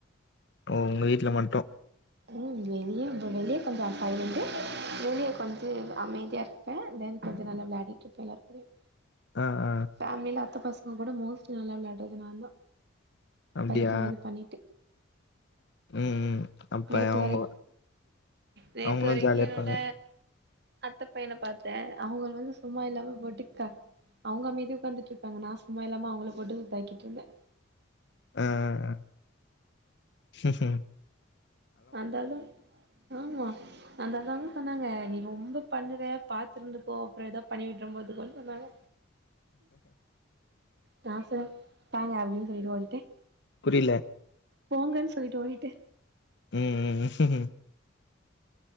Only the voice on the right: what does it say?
ம் வெளியே <unintelligible> பண்றா காலைலேந்து வெளிய கொஞ்சு அமைதியா இருப்பே தென் கொஞ்சொ நல்ல விளாடிட்டு இருப்ப எல்லாரு கூடியு
ஃபேமிலில அத்த பசங்க கூட மோஸ்ட்லி நல்லா விளாடுறது நாந்தா
பைத்தியம் மாரி பண்ணிட்டு
நேத்து
வரை நேத்து
வரைக்கு
என்னோட
அத்த பையன பாத்தே அவுங்க வந்து சும்மா இல்லாம போட்டு கா அவுங்க அமைதிய உட்காந்துட்டு இருப்பாங்க நா சும்மா இல்லாம அவுங்கள போட்டு உதகிட்டு இருந்தே
அந்தாலுது ஆம்மா அத தாங்க சொன்னாங்க நீ ரொம்ப பண்ணுற பாத்து இருந்துக்கோ அப்புறே ஏதாவோ பண்ணி விட்டுற போது அப்டினு சொன்னாங்க தா சார் தாங்க அப்டின்னு சொல்லிட்டு வன்டே
போங்கன்னு சொல்லிட்டு ஓடிடே